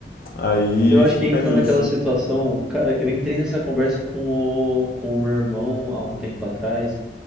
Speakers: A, on the left; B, in the centre.
A: aí
B: eu acho
A: fica
B: que entra
A: nisso.
B: naquela situação. Cara, eu entrei nessa conversa com o, com o meu irmão há um tempo atrás.